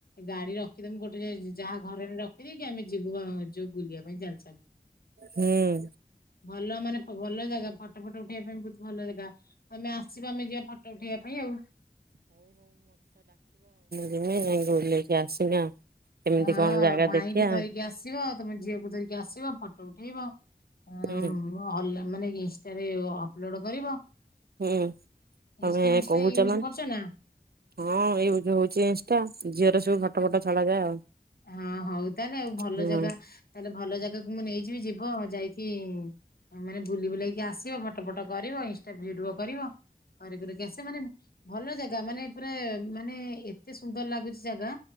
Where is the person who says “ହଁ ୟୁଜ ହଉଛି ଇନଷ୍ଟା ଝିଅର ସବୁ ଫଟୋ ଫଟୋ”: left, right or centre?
Right